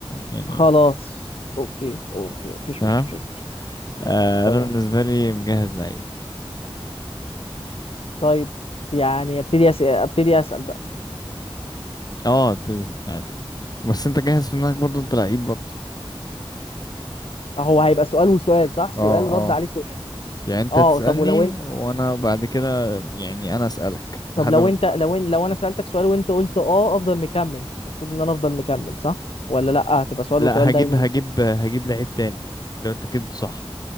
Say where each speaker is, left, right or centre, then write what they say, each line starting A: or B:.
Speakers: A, on the left; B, on the left.
A: يعني
B: خلاص أوكي أوكي مفيش
A: تمام
B: مشاكل
A: آه،
B: تمام
A: انا بالنسبة لي مجهز لعيب
B: طيب يعني أبتدي أسأل أبتدي أسأل بقى
A: اه ابتدي عادي بس انت جاهز في دماغك برضو انت لعيب برضو
B: هو هيبقى سؤال وسؤال صح؟ سؤال
A: اه اه
B: رد عليه سؤال
A: يعني انت
B: أه
A: تسألني
B: طب ولو أنت
A: وانا بعد كده يعني انا أسألك
B: طب
A: لحد
B: لو
A: ما
B: أنت لو إن... لو أنا سألتك سؤال وأنت قلت أه أفضل مكمل المفروض إن أنا أفضل مكمل صح؟ ولا لأ هتبقى سؤال
A: لا
B: وسؤال
A: هجيب
B: دايما
A: هجيب هجيب لعيب تاني لو انت جبت صح